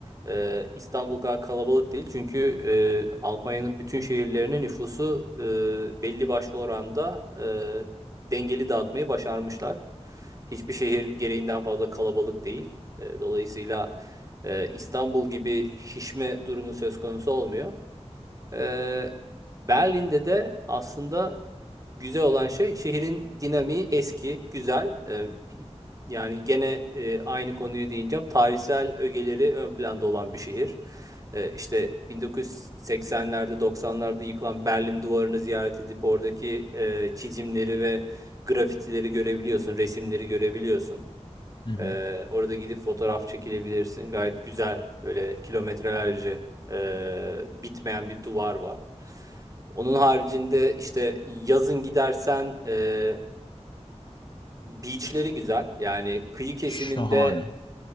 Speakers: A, on the right; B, on the left.
A: e, İstanbul kadar kalabalık değil. Çünkü e, Almanya'nın bütün şehirlerine nüfusu e, belli başlı oranda e, dengeli dağıtmayı başarmışlar. Hiçbir şehir gereğinden fazla kalabalık değil. E, Dolayısıyla e, İstanbul gibi şişme durumu söz konusu olmuyor. E, Berlin'de de aslında güzel olan şey şehrin dinamiği eski, güzel. E, yani gene e, aynı konuya değineceğim. Tarihsel ögeleri ön planda olan bir şehir. E, işte 1980'lerde 90'larda yıkılan Berlin duvarını ziyaret edip oradaki e, çizimleri ve grafitileri görebiliyorsun, resimleri görebiliyorsun.
B: hı hı.
A: Ee, orada gidip fotoğraf çekilebilirsin. Gayet güzel böyle kilometrelerce e, bitmeyen bir duvar var. Onun haricinde işte yazın gidersen e, beachleri güzel. Yani kıyı kesiminde
B: Şahane.